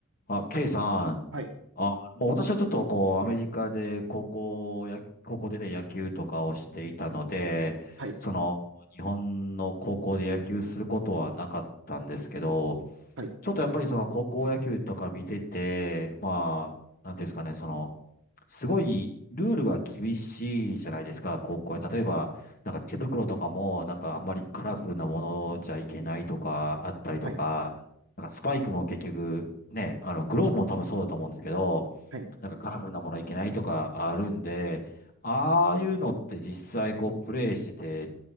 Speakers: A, on the left; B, on the right.
A: あ、ケイさん。
B: はい、
A: あ、もう私はちょっとこう、アメリカで高校や、高校でね、野球とかをしていたので、
B: はい、
A: その、日本の高校で野球することはなかったんですけど、
B: はい、
A: ちょっとやっぱりその高校野球とか見てて、まあ、なんていうんですかね、その、すごいルールが厳しいじゃないですか、高校は。例えば、なんか手袋とかも、なんかあんまりカラフルなものじゃいけないとか、あったりとか、
B: はい、
A: なんかスパイクも結局、ね、あの、グローブも多分そうだと思うんですけど、
B: はい。
A: なんかカラフルなものいけないとかあるんで、ああいうのって実際こうプレイしてて、